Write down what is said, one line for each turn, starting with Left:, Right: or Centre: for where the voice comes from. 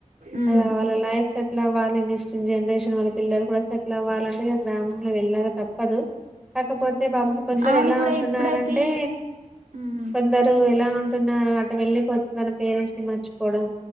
Right: ఉమ్
Centre: అద వాళ్ళ లైఫ్ సెట్లు అవ్వాలిని ఇష్ట వ జనరేషన్ మన పిల్లలు కూడా సెట్ల్ అవ్వాలంటే ఇ గ్రామంలో వెళ్ళక తప్పదు కాకపోతే పాపం కొందరు
Right: ఆవిని
Centre: ఎలా
Right: కూడా
Centre: ఉంటున్నంటే
Right: ఎప్పుడైతే ఉమ్
Centre: కొందరు ఎలా ఉంటు చన్నారు అటు వెళ్ళిపోతే తన పేరెంట్స్ ని మర్చిపోవడం